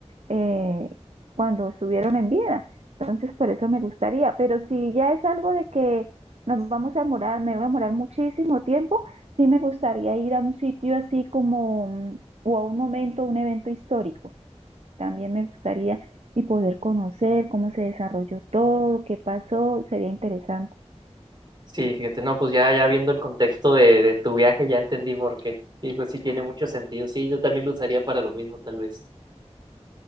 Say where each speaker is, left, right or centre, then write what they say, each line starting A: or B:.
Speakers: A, on the right; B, on the right.
A: eh, cuando estuvieron en vida. Entonces por eso me gustaría, pero si ya es algo de que nos vamos a morar, me voy a morar muchísimo tiempo, sí me gustaría ir a un sitio así como, mm, o a un momento, un evento histórico. También me gustaría y poder conocer cómo se desarrolló todo, qué pasó, sería interesante.
B: Sí, fíjate, no, pues ya, ya viendo el contexto de, de tu viaje, ya entendí por qué. Y pues sí tiene mucho sentido. Sí, yo también lo usaría para lo mismo, tal vez.